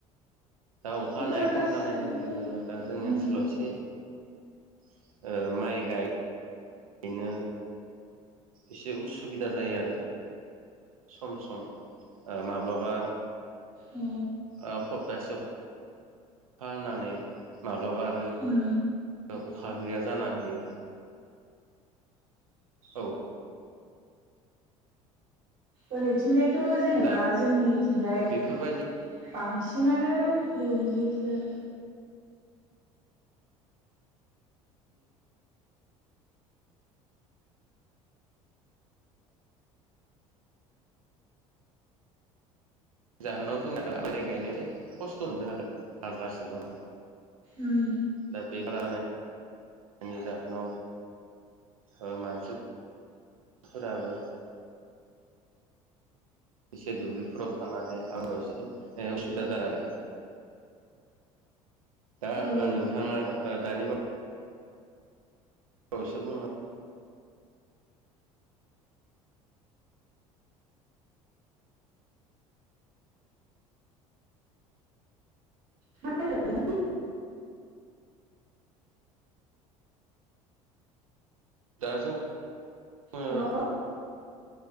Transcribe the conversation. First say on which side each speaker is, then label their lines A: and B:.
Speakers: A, on the right; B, on the right.
A: दा अखा
B: बेफोर
A: हानाय
B: गासिबो
A: खम जानाय लोगो लोगोनो दा जोंनि
B: उम
A: ओनसोलाव एसे ओ माइ गाय नो एसे उसुबिदा जायो आरो। सम सम ओ माब्लाबा
B: अ
A: ओ हप्तासेयाव अखा हानानै माब्लाबा आरो
B: उम
A: अखा गैया जाना होयो। औ
B: ओरैथिंजायथ' जेनेबा
A: दा
B: जोंनिथिंजाय
A: बेफोरबायदिनि
B: बांसिनानो लोमजोबोसो।
A: जाहोनाव जोंना आ माय गायनो एसे खस्थ' मोनदों आरो आद्रासो दङ।
B: उम
A: दा बे जायनि जाहोनाव ओ मानसि फोराबो एसे दुब्लिफोराव थानानै आरो एसे उसुबिदा जादों आरो। दा
B: औ
A: ओ नोंथाङा दानि बा वयैसो बुंलां
B: हेलौ
A: दा जों जोङो
B: हेलौ